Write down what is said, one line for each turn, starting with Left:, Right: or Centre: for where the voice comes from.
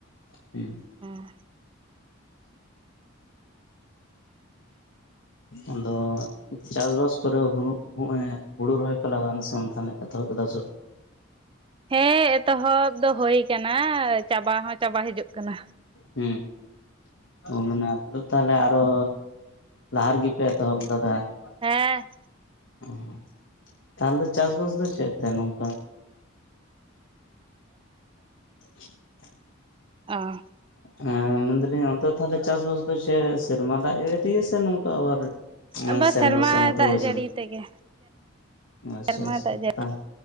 Left: ᱦᱩᱸ᱾
Right: ᱦᱮᱸ
Left: ᱟᱫᱚ ᱪᱟᱥᱵᱟᱥ ᱠᱚᱨᱮ ᱦᱩᱲᱩ ᱦᱚᱸᱜᱼᱚᱭ ᱦᱩᱲᱩ ᱨᱚᱦᱚᱭ ᱯᱮ ᱞᱟᱜᱟᱣ ᱮᱱᱟ ᱥᱮ ᱛᱟᱦᱞᱮ ᱮᱛᱚᱦᱚᱵ ᱠᱮᱫᱟ ᱥᱮ ᱵᱟᱝ?
Right: ᱦᱮᱸ ᱮᱛᱚᱦᱚᱵ ᱫᱚ ᱦᱩᱭ ᱟᱠᱟᱱᱟ ᱪᱟᱵᱟ ᱦᱚᱸ ᱪᱟᱵᱟ ᱦᱤᱡᱩᱜ ᱠᱟᱱᱟ᱾
Left: ᱦᱩᱸ ᱚ ᱢᱟᱱᱮ ᱟᱯᱮ ᱫᱚ ᱛᱟᱦᱞᱮ ᱟᱨᱦᱚ ᱞᱟᱦᱟ ᱨᱮᱜᱮ ᱯᱮ ᱮᱛᱚᱦᱚᱵ ᱞᱮᱫᱟ ᱛᱟᱦᱞᱮ?
Right: ᱦᱮᱸ
Left: ᱚ ᱛᱟᱦᱞᱮ ᱫᱚ ᱪᱟᱥᱵᱟᱥ ᱫᱚ ᱪᱮᱜ ᱛᱮ? ᱱᱚᱝᱠᱟ <inaudible>
Right: ᱟ
Left: ᱦᱮᱸᱜ ᱮ ᱢᱮᱱ ᱫᱟᱞᱤᱧ ᱚᱱᱛᱮ ᱫᱚ ᱛᱟᱦᱞᱮ ᱪᱟᱥᱵᱟᱥ ᱫᱚ ᱪᱮᱜ ᱥᱮᱨᱢᱟ ᱫᱟᱜ ᱡᱟᱹᱲᱤ ᱛᱮᱜᱮ ᱥᱮ ᱱᱚᱝᱠᱟ ᱟᱵᱟᱨ
Right: ᱟᱵᱟᱨ
Left: ᱥᱮᱞᱚ
Right: ᱥᱮᱨᱢᱟ
Left: ᱥᱮ ᱢᱚᱴᱚᱨ
Right: ᱫᱟᱜ
Left: ᱵᱚᱭᱥᱟᱣ
Right: ᱡᱟᱹᱲᱤ
Left: ᱢᱮᱱᱟᱜᱼᱟ?
Right: ᱛᱮᱜᱮ
Left: ᱟᱪᱪᱷᱟ
Right: ᱥᱮᱨᱢᱟ
Left: ᱟᱪᱪᱷᱟ
Right: ᱫᱟᱜ ᱡᱟᱹᱲᱤ